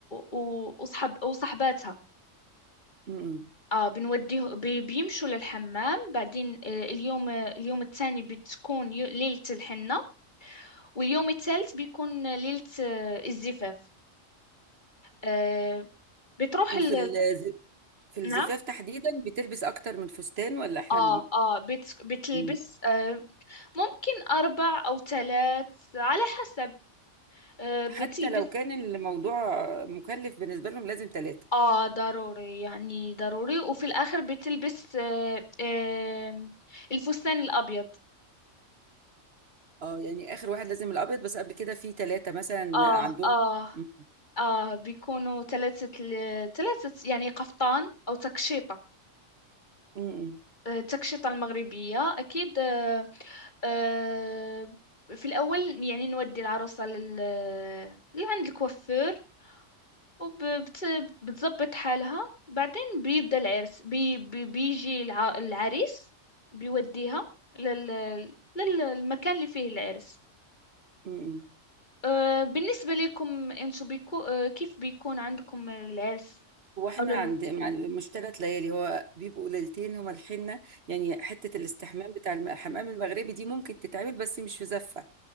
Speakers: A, on the left; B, on the right.
A: و... وصحب وصحباتها
B: مم.
A: اه بنوديه بي- بيمشوا للحمام بعدين آه، اليوم آه، اليوم الثاني بتكون يو- ليلة الحنة واليوم الثالث بيكون آه، ليلة آه، الزفاف آه، بتروح
B: وفي
A: ال...
B: ال- في الزفاف
A: نعم
B: تحديدا بتلبس اكتر من فستان ولا احنا
A: اه اه بت... بتلبس
B: مم.
A: آه، ممكن أربع أو ثلاث على حسب آه، بتلبس
B: حتى لو كان الموضوع مكلف بالنسبة لهم لازم ثلاثة
A: اه ضروري يعني ضروري وفي الآخر بتلبس آه، آه، الفستان الأبيض
B: اه يعني آخر واحد لازم الأبيض بس قبل كده في ثلاثة مثلا
A: اه
B: عندهم
A: اه
B: م-
A: اه بيكونوا ثلاثة ثلاثة يعني قفطان او تكشيطة
B: م-
A: آه، التكشيطة المغربية أكيد آه، آه، في الأول يعني نودي العروسة لل... لعند الكوافير وبتظبط حالها بعدين بيبدأ العرس بي... بي... بيجي الع... العريس بيوديها لل... لل- للمكان اللي فيه العرس
B: م- م-
A: آه، بالنسبة لكم انتو بيكو... آه، كيف بيكون عندكم العرس
B: هو احنا
A: أولى للارتفاع
B: عند يعني مش ثلاث ليالي هو بيبقوا ليلتين هما الحنة يعني حتة الاستحمام بتاع الم- الحمام المغربي دي ممكن تتعمل بس مش في زفة